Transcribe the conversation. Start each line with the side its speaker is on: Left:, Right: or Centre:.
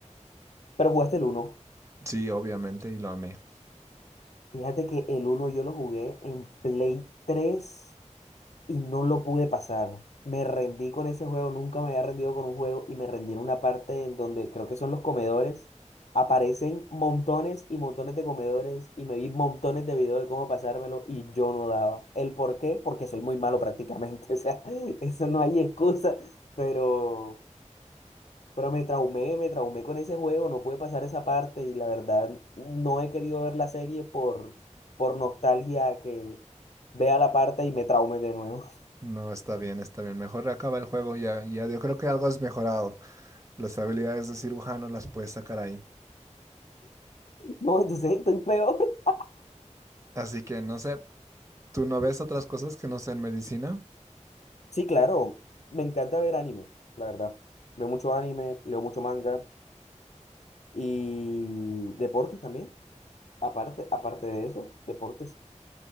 Left: Pero jugaste el uno
Right: Sí, obviamente, y lo amé.
Left: Fíjate que el uno yo lo jugué en Play 3 y no lo pude pasar. Me rendí con ese juego, nunca me había rendido con un juego y me rendí en una parte en donde creo que son los comedores. Aparecen montones y montones de comedores y me vi montones de videos de cómo pasármelo y yo no daba. ¿El por qué? Porque soy muy malo prácticamente, <laughs> o sea, eso no hay excusa, pero, pero me traumé, me traumé con ese juego, no pude pasar esa parte y la verdad no he querido ver la serie por, por nostalgia que vea la parte y me traume de nuevo.
Right: No, está bien, está bien. Mejor acaba el juego ya, ya. Yo creo que algo has mejorado. Las habilidades de cirujano las puedes sacar ahí.
Left: No, entonces estoy peor. <laughs>
Right: Así que no sé, ¿tú no ves otras cosas que no sean medicina?
Left: Sí, claro, me encanta ver anime, la verdad. Veo mucho anime, leo mucho manga y deportes también. Aparte, aparte de eso, deportes.